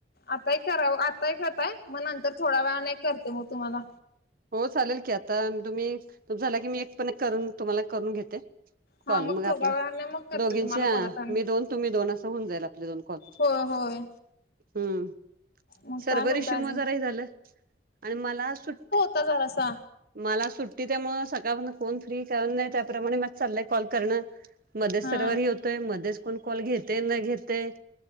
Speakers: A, on the left; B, on the right.
A: आताही करावं आताही करताय? मग नंतर थोड्या वेळाने करते म तुम्हाला.
B: हो चालेल की आता तुम्ही झाला की मी एक पण करून तुम्हाला करून घेते.
A: हा
B: कॉल मग
A: थोड्या
B: आपल्या
A: वेळाने मग करते
B: दोघींच्या
A: तुम्हाला परत आणि
B: मी दोन तुम्ही दोन असं होऊन जाईल आपले दोन. कॉल
A: हो होय
B: हम्म
A: मग
B: सर्वर
A: काय म्हणताय
B: इशू
A: अजून
B: म जराही झालं आणि मला आज सुट
A: ता जरासा
B: मला सुट्टी त्यामुळ सकाळपासन कोण फ्री कारण नाही त्याप्रमाणे मात चाललंय कॉल करणं मध्येच
A: हा
B: सर्वर हे होतोय मध्येच कोण कॉल घेते न घेतय